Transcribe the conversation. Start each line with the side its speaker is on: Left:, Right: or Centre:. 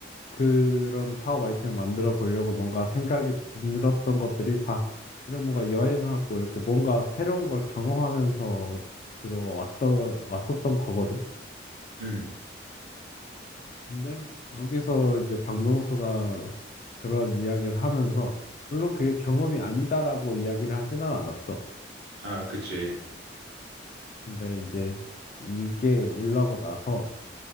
Left: 그런 사업 아이템을 만들어 보려고 뭔가 생각이 들었던 것들이 다 이런 뭔가 여행하고 이렇게 뭔가 새로운 걸 경험하면서 들어왔던 왔었던 거거든.
Right: 음.
Left: 근데 여기서 이제 박명수가 그런 이야기를 하면서 물론 그게 경험이 아니다라고 이야기를 하지는 않았어.
Right: 아, 그치.
Left: 근데 이제 이게 올라오고 나서